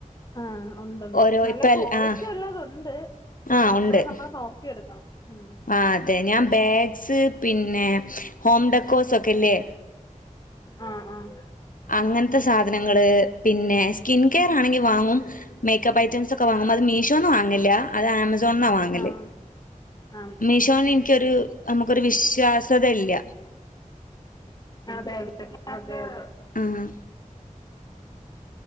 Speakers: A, on the left (about 30°); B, on the left (about 85°).
A: ആഹ് ഒണ്ടൊണ്ട്
B: ഓരോ
A: നല്ല
B: ഇപ്പ
A: ക്വാളിറ്റി
B: ആഹ്
A: ഒളെളത്ണ്ട് പിന്നെ
B: ആഹ്
A: അത്രേം
B: ഉണ്ട്
A: നമ്മള് നോക്കിയെടുക്കണം ഉം
B: ആഹ് അതെ ഞാൻ ബാഗ്സ് പിന്നെ ഹോം ഡെകോസോക്കെല്ലേ
A: ആഹ് ആഹ്
B: അങ്ങൻത്തെ സാധനങ്ങള് പിന്നെ സ് കിൻ കെയറാണെങ്കി വാങ്ങും മേക്കപ്പ് ഐറ്റംസൊക്കെ വാങ്ങും
A: ആഹ്
B: അത് മീശോ ഓന്ന് വാങ്ങല്ല അത് ആമസോൺന്നാ വാങ്ങല്
A: ആഹ് ആഹ്.
B: മീഷോന്നിക്കൊരു നമുക്കൊരു വിശ്വാസ്തല്ല്യ
A: അതെയതെ അതെയതെ
B: ആഹ്